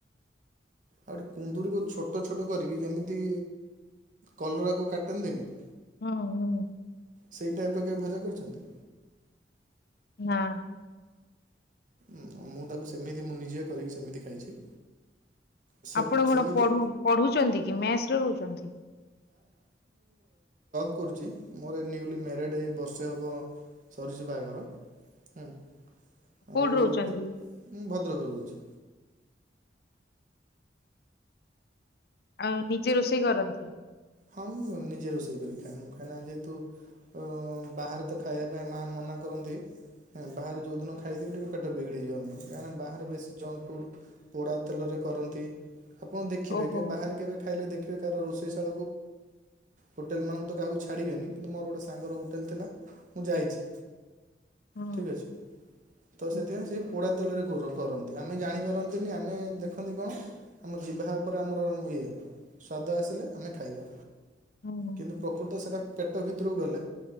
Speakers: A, on the right; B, on the left.
A: ଆଉ ଗୋଟେ କୁନ୍ଦୁରିକୁ ଛୋଟ ଛୋଟ କରିକି ଯେମିତି କଲରାକୁ କାଟନ୍ତିନି।
B: ହଁ ହଁ।
A: ସେଇ ଟାଇପର କେବେ ଭଜା କରିଛନ୍ତି?
B: ନା।
A: ମୁଁ ମୁଁ ତାକୁ ସେମିତି ମୁଁ ନିଜେ କରିକି ସେମିତି ଖାଇଛି। ସେ
B: ଆପଣ କଣ
A: ସେମିତି
B: ପଢ଼ୁ ପଢୁଛନ୍ତି କି ମେସରେ ରହୁଛନ୍ତି।
A: ବୁକ୍ କରୁଛି ମୋର ନ୍ୟୁଲି ମ୍ୟାରେଡ଼୍ ଏଇ ବର୍ଷେ ହେବ ସରିଛି ବାହାଘର। ହୁଁ
B: କୋଉଠି
A: ଆଉ
B: ରହୁଛନ୍ତି
A: ଠି ମୁଁ ଭଦ୍ରକ ରେ ରହୁଛି।
B: ଆଉ ନିଜେ ରୋଷେଇ କରନ୍ତି।
A: ହଁ ମୁଁ ନିଜେ ରୋଷେଇ କରି ଖାଏ ମୁୁଁ କାଇନା ଯେହେତୁ ଅ ବାହାରେ ତ ଖାଇବା ପାଇଁ ମା ମନା କରନ୍ତି। ହଁ ବାହାରେ ଯୋଉ ଦିନ ଖାଇଥିବି ଟିକେ ପେଟ ବିଗିଡି ଯିବ ମୋର କାହିଁକି ନା ବାହାରେ ବେଶୀ ଜଙ୍କ ଫୁଡ ପୋଡା ତେଲରେ କରନ୍ତି ଆପଣ ଦେଖିବେ
B: ଓହୋ
A: କେ ବାହାରେ କେବେ ଖାଇଲେ ଦେଖିବେ କ ରୋଷେଇ ଷା ହୋଟେଲମାନଙ୍କୁ ତ କାହାକୁ ଛାଡ଼ିବେନି କିନ୍ତୁ ମୋର ଗୋଟେ ସାଙ୍ଗର ହୋଟେଲ ଥିଲା ମୁଁ ଯାଇଛି
B: ହୁଁ
A: ଠିକ ଅଛି। ତ
B: ହୁଁ
A: ସେଥିପାଇଁ ସେ ପୋଡା ତେଲରେ ଘୋର କରନ୍ତି, ଆମେ ଜାଣିପାରନ୍ତିନି ଆମେ ଦେଖନ୍ତି କଣ ଆମ ଯିବା ଉପରେ ଆମର ଇଏ ସଵାଦ ଆସିଲେ ଆମେ ଖାଇବା
B: ହୁଁ
A: କିନ୍ତୁ ପ୍ରକୃତ ସେଇଟା ପେଟ ଭିତରକୁ ଗଲେ